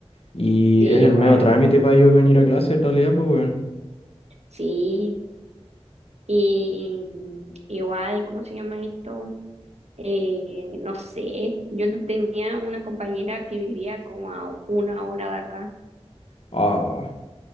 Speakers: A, on the left; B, on the right.
A: Y
B: sí,
A: es el
B: igual,
A: medio trámite para ellos venir a clase en realidad, pues, weón.
B: sí. Y igual, ¿cómo se llama esto? Eh, no sé, yo tenía una compañera que vivía como a una hora de acá.
A: Ah,